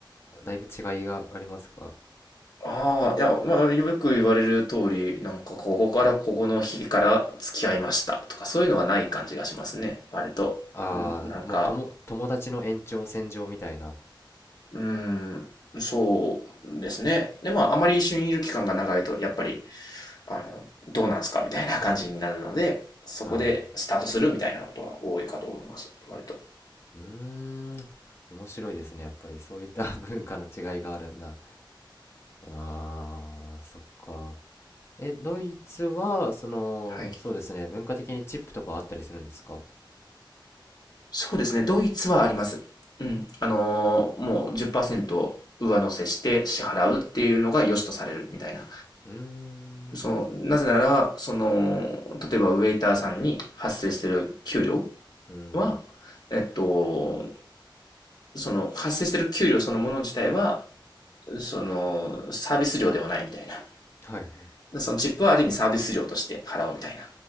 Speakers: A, on the left; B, on the left.
A: だいぶ違いがありますか。
B: ああ、いや、まあ、よく言われる通り、なんか、ここからここの日から付き合いましたとか、そういうのはない感じがしますね、割と。
A: ああ、
B: うんなんか、
A: もうとも、友達の延長線上みたいな。
B: うん、そうですね。で、まあ、あまり一緒にいる期間が長いと、やっぱり、あの、どうなんすかみたいな感じになるので、そこでスタートするみたいなことは多いかと思います。
A: ああ、
B: 割と。
A: うーん、面白いですね。やっぱりそういった <laughs> 文化の違いがあるんだ。ああ、そっか。え、ドイツは、その、
B: はい。
A: そうですね、文化的にチップとかあったりするんですか
B: そうですね。ドイツはあります。うん。あのーもう10%上乗せして支払うっていうのが良しとされるみたいな。
A: うーん、
B: その、なぜなら、その、例えばウェイターさんに発生してる給料
A: うん、
B: は、えっと、その発生してる給料そのもの自体は、その、サービス料ではないみたいな。
A: はいはい。
B: でそのチップはある意味サービス料として払うみたいな。